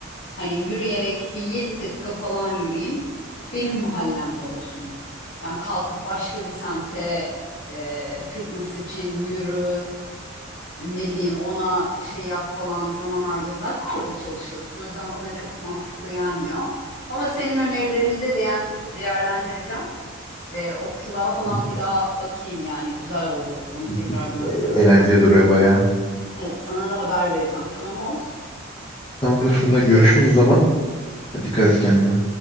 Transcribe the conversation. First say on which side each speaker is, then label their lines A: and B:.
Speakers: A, on the left; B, on the left.
A: Hani yürüyerek bir 7 dakika falan yürüyeyim. Benim mahallemde olsun. Yani kalkıp başka bir semte e, fitness için yürü. Ne bileyim ona şey yap falan zaman harca zaten orada çalışıyorsun. O yüzden bana çok mantıklı gelmiyor. Ama senin önerilerini de değen, değerlendireceğim. Ee, okçuluğa falan
B: İyi,
A: bir daha bakayım yani güzel oldu onu
B: git,
A: tekrar
B: git.
A: bana
B: E-
A: hatırlatman.
B: Eğlenceli duruyor bayağı.
A: Evet sana da haber vereceğim tamam olsun.
B: Tamamdır
A: Görüşmek
B: Funda görüşürüz
A: üzere.
B: o zaman. Hadi dikkat et kendine.